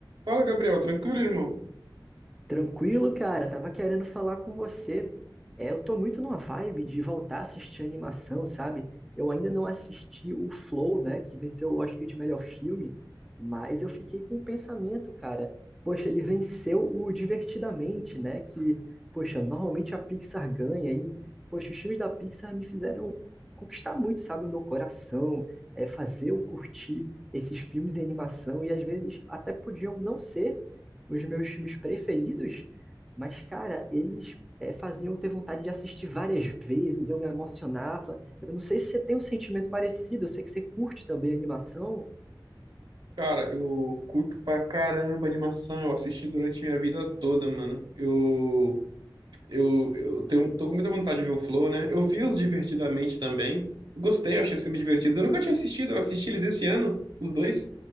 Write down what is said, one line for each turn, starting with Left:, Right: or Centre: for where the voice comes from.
Right: Fala, Gabriel, tranquilo, irmão?
Centre: Tranquilo, cara. Tava querendo falar com você. É, eu tô muito numa vibe de voltar a assistir animação, sabe? Eu ainda não assisti o Flow, né, que venceu o Oscar de melhor filme, mas eu fiquei com o pensamento, cara. Poxa, ele venceu o Divertidamente, né? Que, poxa, normalmente a Pixar ganha e, poxa, os filmes da Pixar me fizeram conquistar muito, sabe, o meu coração, é, fazer eu curtir esses filmes de animação e às vezes até podiam não ser os meus filmes preferidos, mas, cara, eles é, faziam eu ter vontade de assistir várias vezes, eu me emocionava. Eu não sei se você tem um sentimento parecido, eu sei que você curte também a animação.
Right: Cara, eu curto pra caramba animação, eu assisti durante minha vida toda, mano. Eu Eu, eu tenho, tô com muita vontade de ver o Flow, né? Eu vi os Divertidamente também. Gostei, eu achei os filmes divertidos. Eu nunca tinha assistido, eu assisti eles esse ano, os dois.